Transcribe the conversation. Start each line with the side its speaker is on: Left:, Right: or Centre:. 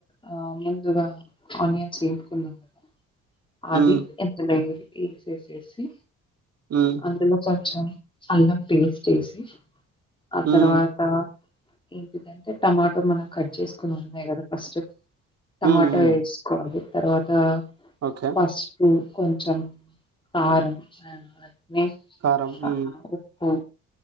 Left: ఆ ముందుగా ఆనియన్స్ ఎయించుకున్నం కదా
Right: హ్మ్.
Left: అది ఇందులో ఎయ్యలి ఎసేసేసి
Right: హ్మ్.
Left: అందులో కొంచెం అల్లం పేస్ట్ ఎసి ఆ
Right: హ్మ్.
Left: తర్వాత ఏంటిదంటే టమాటో మనం కట్ చేసుకున్ ఉన్నాయి కదా ఫస్ట్ టమాటా
Right: హ్మ్. హ్మ్.
Left: వేసుకోవాలి తర్వాత
Right: ఓకే.
Left: పసుపు కొంచెం కారం అ
Right: కారం. హ్మ్.
Left: ఆ ఉప్పు